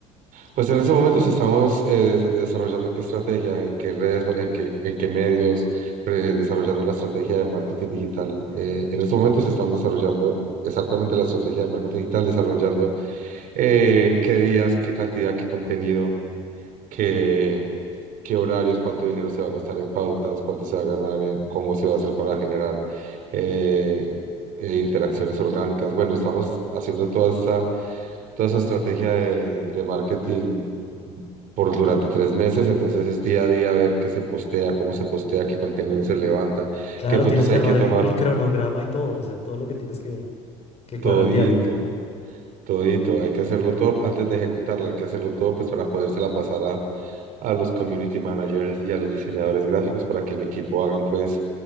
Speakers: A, on the right; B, on the left.
A: Pues en estos momentos estamos eh, des- desarrollando qué estrategia, en qué redes, en qué, en qué medios, pre- desarrollando la estrategia de marketing digital. Eh, en estos momentos estamos desarrollando exactamente la estrategia de marketing digital, desarrollando eh, qué días, qué cantidad, qué contenido, qué, qué horarios, cuánto dinero se va a gastar en pautas, cuánto se va a ganar, en- cómo se va a hacer para generar eh, eh, interacciones orgánicas. Bueno, estamos haciendo toda esta toda esa estrategia de, de marketing por durante tres meses, entonces es día a día ver qué se postea, cómo se postea, qué contenido se levanta,
B: Claro,
A: qué fotos
B: tienes que
A: hay
B: armar
A: que tomar,
B: el, el cronograma y todo, o sea, todo lo que tienes que, que
A: todito,
B: cuadrar diario.
A: todito, hay que hacerlo todo antes de ejecutarla, hay que hacerlo todo pues para podérsela pasar a, a los community managers y a los diseñadores gráficos para que en equipo hagan pues